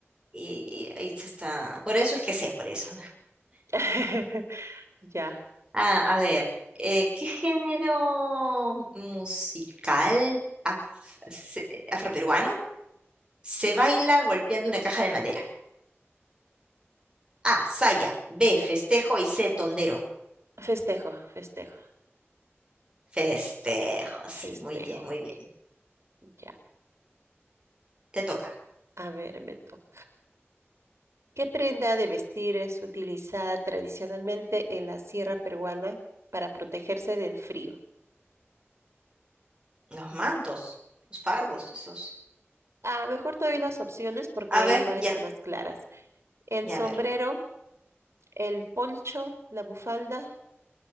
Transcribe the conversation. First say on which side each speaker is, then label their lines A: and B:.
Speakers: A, on the right; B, on the right.
A: Y, y ahí se está. Por eso es que sé, por eso. ¿no?
B: <laughs> Ya,
A: Ah, a ver, eh, ¿qué género musical af- se- afroperuano se baila golpeando una caja de madera? A, saya, B, festejo y C, tondero.
B: festejo, festejo,
A: Festejo, sí,
B: festejo.
A: muy bien, muy bien.
B: Ya,
A: Te toca.
B: a ver, me toca. ¿Qué prenda de vestir es utilizada tradicionalmente en la sierra peruana para protegerse del frío?
A: Los mantos, los fardos, esos.
B: Ah, mejor te doy las opciones porque
A: A ver,
B: ahí van
A: ya,
B: a estar más claras. El
A: ya,
B: sombrero,
A: a ver.
B: el poncho, la bufanda,